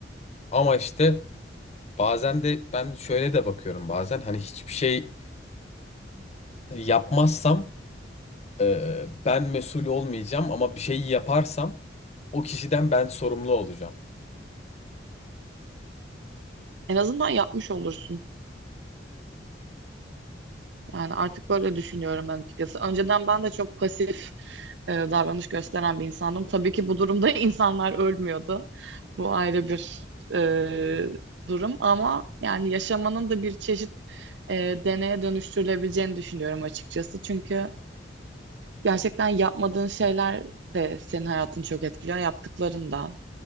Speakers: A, on the left (about 35°); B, on the right (about 75°).
A: ama işte bazen de ben şöyle de bakıyorum bazen hani hiçbir şey yapmazsam e, ben mesul olmayacağım ama bir şeyi yaparsam o kişiden ben sorumlu olacağım.
B: En azından yapmış olursun. Yani artık böyle düşünüyorum ben açıkçası. Önceden ben de çok pasif e, davranış gösteren bir insandım. Tabii ki bu durumda <laughs> insanlar ölmüyordu. Bu ayrı bir e, durum ama yani yaşamanın da bir çeşit e, deneye dönüştürülebileceğini düşünüyorum açıkçası. Çünkü Gerçekten yapmadığın şeyler de senin hayatını çok etkiliyor, yaptıkların da.